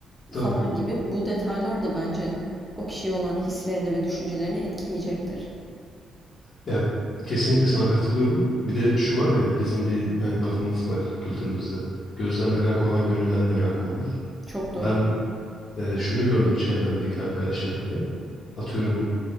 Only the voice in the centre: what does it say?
falan gibi. Bu detaylar da bence o kişiye olan hislerini ve düşüncelerini etkileyecektir.
Çok doğru.